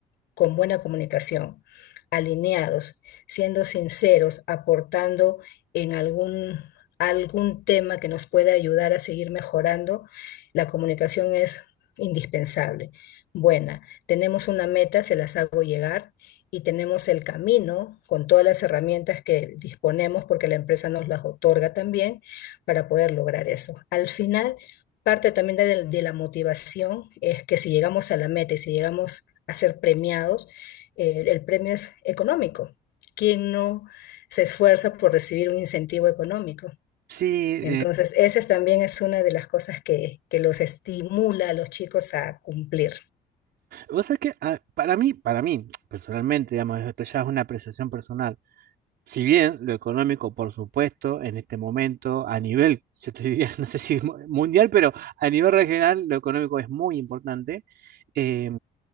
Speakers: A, on the left; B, on the right.
A: con buena comunicación, alineados, siendo sinceros, aportando en algún, algún tema que nos pueda ayudar a seguir mejorando, la comunicación es indispensable. Buena, tenemos una meta, se las hago llegar y tenemos el camino con todas las herramientas que disponemos porque la empresa nos las otorga también para poder lograr eso. Al final, Parte también de, de la motivación es que si llegamos a la meta y si llegamos a ser premiados, eh, el premio es económico. ¿Quién no se esfuerza por recibir un incentivo económico?
B: Sí,
A: Entonces, esa es también es una de las cosas que, que los estimula a los chicos a cumplir.
B: Vos sabés que ah, para mí, para mí, personalmente, digamos, esto ya es una apreciación personal. Si bien lo económico, por supuesto, en este momento, a nivel, <laughs> yo te diría, <laughs> no sé si mu- mundial, pero a nivel regional, lo económico es muy importante. eh,